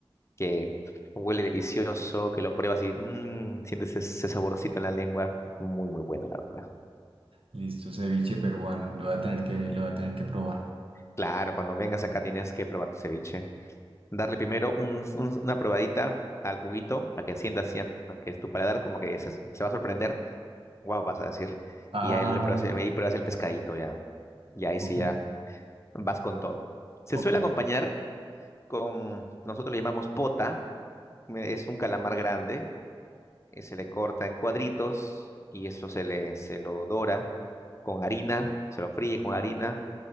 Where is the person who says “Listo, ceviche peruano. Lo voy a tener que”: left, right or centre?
Right